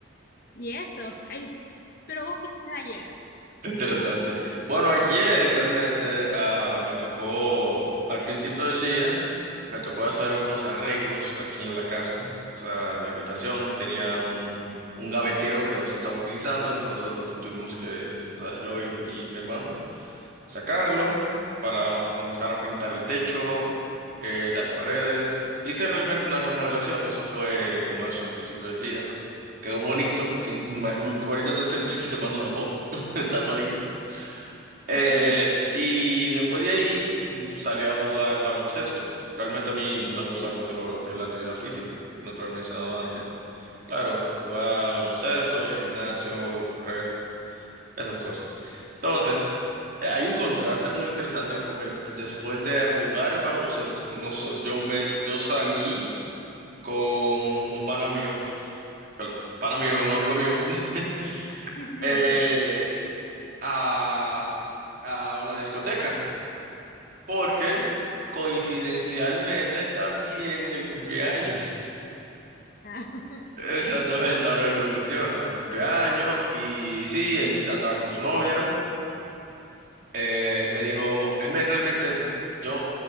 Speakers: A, on the left; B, on the right.
A: y eso. Ay, pero vos quisiste ayer.
B: interesante. Bueno, ayer realmente ah, me tocó, al principio del día, me tocó hacer algunos arreglos aquí en la casa. O sea, mi habitación tenía un, un gavetero que no se estaba utilizando, entonces lo que tuvimos que, o sea, yo y, y mi hermano. sacarlo para comenzar a pintar el techo, eh, las paredes. Hice realmente una remodelación, eso fue como eso al principio del día. Quedó bonito, sin- <laughs> ma- mm, ahorita te, <laughs> te mando una foto, <laughs> está todo lindo.
A: <laughs>
B: Eh,
A: Ujú.
B: y después de ahí mm, salí a jugar baloncesto. Realmente a mí me gusta mucho lo que es la actividad física, si no te lo había mencionado antes.
A: Ah,
B: Claro, jugar baloncesto, ir al gimnasio, correr esas cosas. Entonces, eh, hay un contraste
A: ujú.
B: muy interesante porque el- después de jugar baloncesto, no so- yo me yo salí con un pana mío, perdón, pana mío, un amigo mío, <laughs>
A: sí, sí, sí,
B: eh,
A: entiendo.
B: a, a una discoteca porque coincidencialmente también el cumpleaños.
A: Ah, <laughs>
B: <laughs> Exactamente, ahora que tú lo mencionas, el cumpleaños y sí, él andaba con su novia. Eh, él me dijo, él me realmente, mm, yo,